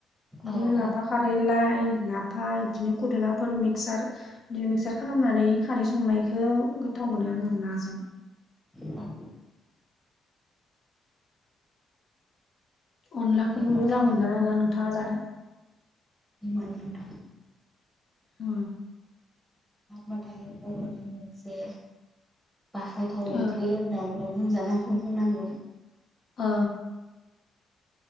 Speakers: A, on the left (about 50°); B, in the centre.
A: बिदिनो
B: औ औ
A: लाफा खा खारै लाइ लाफा बिदिनो खुदाफोर मिसार बिदि मिक्सार
B: औ
A: खालामनानै। खारै संनायखौ गोथाव मोनो आङो नाजों।
B: औ।
A: अनलाखौबो
B: बेफोरथ'
A: मोजां
B: आं
A: मोनगोन आर ना नोंथाङा जानो?
B: मोनो नोंथां।
A: अ।
B: बाथाय बर'नि मोनसे बाखनायथाव ओंख्रि
A: ओं
B: होननानै बुंजानांगौ होननांगोन।
A: ओ।